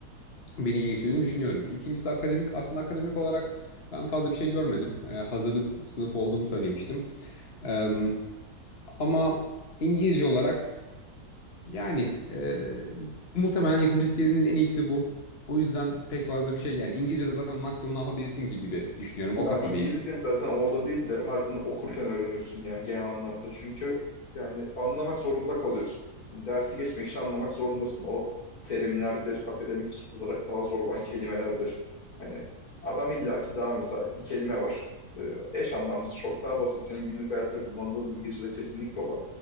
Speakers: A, on the left; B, on the left.
A: beni geçirdiğini düşünüyorum. İkincisi akademik aslında akademik olarak ben fazla bir şey görmedim. Ee, hazırlık sınıfı olduğumu söylemiştim. Ee, ama İngilizce olarak yani eee, muhtemelen yapabildiklerinin en iyisi bu. O yüzden pek fazla bir şey yani İngilizce'de zaten maksimum ne yapabilirsin ki gibi düşünüyorum.
B: Ya
A: O kafadayım.
B: İngilizce zaten orada değil de harbiden okurken öğreniyorsun ya genel anlamda. Çünkü yani anlamak zorunda kalıyorsun. Yani dersi geçmek için anlamak zorundasın. O terimlerdir, akademik olarak daha zor olan kelimelerdir. Hani adam illaki daha mesela bir kelime var. Ee, eş anlamlısı çok daha basit senin günlük hayatta kullandığın İngilizce'de kesinlikle olan.